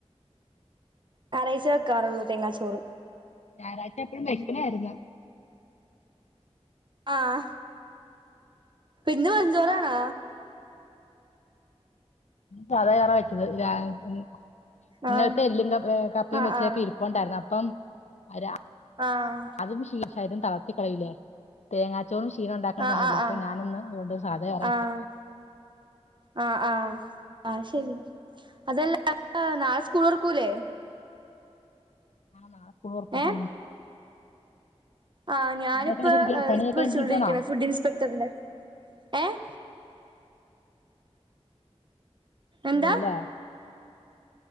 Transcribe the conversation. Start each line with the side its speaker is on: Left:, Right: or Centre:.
Right: ഞായറാഴ്ചെ വെക്കാറുള്ളു തെങ്ങാച്ചോറ്.
Left: ഞായറാഴ്ച എപ്പഴും വെക്കണായിരുന്നു.
Right: ആഹ് ഇന്ന് വെറുഞ്ചോറാണാ?
Left: സാധാചോറാ വെച്ചത് രാവിലെ. ഇന്നലത്തെ
Right: ആഹ്
Left: എല്ലും കപ് കപ്പയും
Right: ആഹ്
Left: വെച്ചൊക്കെ
Right: ആഹ്
Left: ഇരിപ്പു ണ്ടായിരുന്നു. അപ്പം രാ
Right: ആഹ്
Left: അതും ശീ ശരീരം തളർത്തി കളയൂലെ. തേങ്ങാ ചോറും ക്ഷീണൊണ്ടാക്കുന്ന
Right: ആഹ്
Left: സാധനല്ലേ.
Right: ആഹ് ആഹ് ആഹ്
Left: അപ്പ ഞാനിന്ന് അതോണ്ട് സാധ ചോറാ വെച്ചേ.
Right: ആഹ് ആഹ് ആഹ്, അത്ശരി. അതല്ല നാളെ സ്കൂളൊർക്കൂലേ?
Left: ആഹ് നാളെ സ്കൂളൊർക്കും.
Right: ഏഹ് ആഹ്, ഞാനിപ്പ
Left: പണിയൊക്കെ കഴിഞ്ഞിരിക്കണോ പണിയൊക്കെ
Right: ഇത് പഠിച്ചോണ്ടിരിക്കണെ
Left: കഴിഞ്ഞിരിക്കണോ
Right: ഫുഡ് ഇൻസ്പെക്ടറിന്റെ. ഏഹ്? എന്താ
Left: അതെല്ലേ